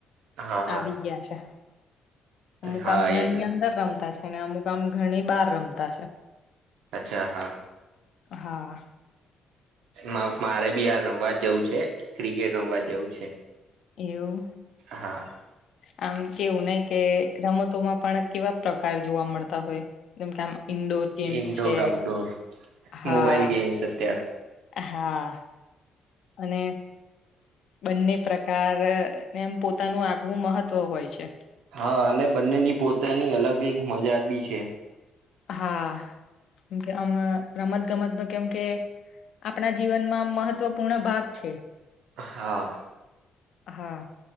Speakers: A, on the right; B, on the left.
A: હા હા
B: આવી ગયા છે અ મુુકામગર
A: હા એ તો
B: ની અંદર રમતા ને અમુક આામ ઘણી બાર રમતા છે.
A: અચ્છા હા
B: હા
A: મારે બી હયાર રમવા જેવું છે ક્રિકેટ રમવા જેવું છે.
B: એવું
A: હા
B: આમ કેવું નને કે રમતોમાં પણ કેવા પ્રકાર જોવા મળતા હોય. જેમ કે આમ ઇન્ડોર ગેમ્સ
A: ઇન્ડોર
B: છે
A: આઉટડોર
B: હા.
A: મોબાઈલ ગેમ્સ અત્યાર
B: હા અને બંને પ્રકાર એમ પોતાનું આગવું મહત્વ હોય છે
A: હા અને બંનેની પોતાની અલગ એક મજા બી છે
B: હા કેમ કે આમ રમત ગમત નો કેમ કે આપણા જીવનમાં મહત્વપૂર્ણ ભાગ છે
A: હા
B: હા